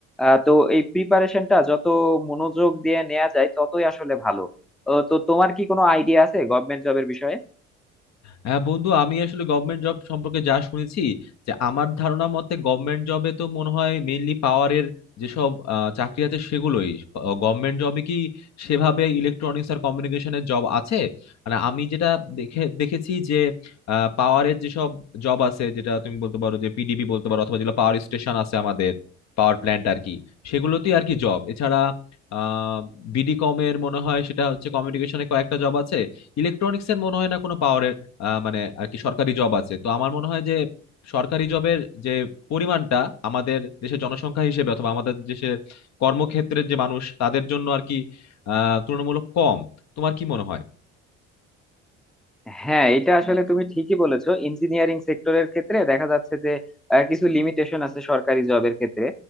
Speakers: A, in the centre; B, on the left.
A: আহ, তো এই প্রিপারেশনটা যত মনোযোগ দিয়ে নেওয়া যায় ততই আসলে ভালো ও, তো তোমার কি কোনো আইডিয়া আছে গভর্নমেন্ট জবের বিষয়ে
B: হ্যাঁ বন্ধু আমি আসলে গভর্নমেন্ট জব সম্পর্কে যা শুনেছি যে আমার ধারণা মতে গভর্নমেন্ট জবে তো মনে হয় মেইনলি পাওয়ারের যেসব আহ, চাকরি আছে সেগুলোই গভর্নমেন্ট জবে কি সেভাবে ইলেকট্রনিক্স আর কমিউনিকেশনের জব আছে মানে আমি যেটা দেখে দেখেছি যে পাওয়ারের যেসব জব আছে যেটা তুমি বলতে পারো যে পিডিবি বলতে পারো অথবা যেগুলো পাওয়ার স্টেশন আছে আমাদের পাওয়ার প্ল্যান্ট আর কি সেগুলোতেই আর কি জব এছাড়া আহ বিডি কমের মনে হয় সেটা হচ্ছে কমিউনিকেশনে কয়েকটা জব আছে ইলেকট্রনিক্স এর মনে হয় না কোনো পাওয়ারের আহ, মানে আর কি সরকারি জব আছে তো আমার মনে হয় যে সরকারি জবের যে পরিমাণটা আমাদের দেশের জনসংখ্যা হিসেবে অথবা আমাদের দেশের কর্মক্ষেত্রের যে মানুষ তাদের জন্য আর কি আহ তুলনামূলক কম তোমার কি মনে হয়
A: হ্যাঁ এটা আসলে তুমি ঠিকই বলেছো ইঞ্জিনিয়ারিং সেক্টরের ক্ষেত্রে দেখা যাচ্ছে যে আহ, কিছু লিমিটেশন আছে সরকারি জবের ক্ষেত্রে